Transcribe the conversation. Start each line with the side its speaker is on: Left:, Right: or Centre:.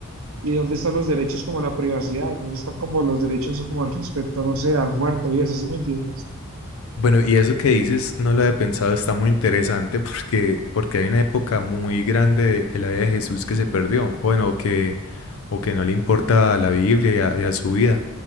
Right: ¿Y dónde están los derechos como la privacidad? ¿Dónde están como los derechos como el respeto, no sé, al muerto y eso, ¿sí me entiendes?
Left: Bueno, y eso que dices, no lo había pensado, está muy interesante porque, porque hay una época muy grande de, de la vida de Jesús que se perdió, o bueno, o que, o que no le importa a la Biblia y a, y a su vida,